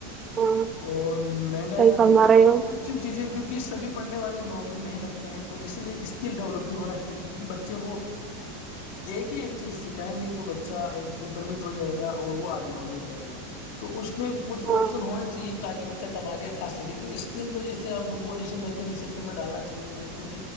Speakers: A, on the right (about 25°); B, on the left (about 60°).
A: ہاں
B: اور مہنگائی
A: صحیح
B: کا
A: فرما
B: دور ہے
A: رہے
B: تو
A: ہو
B: اس چیز ہے کیونکہ سب پڑھنے والے نوکری نہیں لگتے ہیں تو اس لیے اسکل ڈیولپ بھی ہونا چاہیے کیونکہ بچوں کو ایک ہی ایک چیز سکھائیں گے تو بچہ ایک برمت ہو جائے گا اور وہ آگے بڑھ نہیں پائے گا تو اس میں کچھ
A: ہاں
B: آپشن ہونا چاہیے تاکہ بچہ کما کے کھا سکے کی اسکل میں جیسے وہ جیسے می ک سیکٹر میں ڈالنا چاہیے کچھ